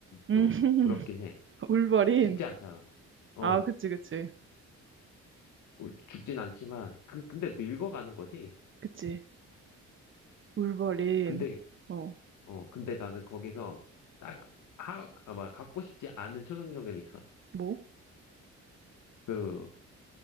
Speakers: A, on the right; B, on the left.
A: 음.
B: 또
A: <laughs>
B: 부럽긴 해.
A: 울버린.
B: 죽지 않잖아. 어,
A: 아, 그치, 그치.
B: 울- 죽진 않지만, 그, 근데 늙어가는 거지?
A: 그치. 울버린.
B: 근데,
A: 어,
B: 어, 근데 나는 거기서 딱, 하, 아마 갖고 싶지 않은 초능력은 있어.
A: 뭐?
B: 그,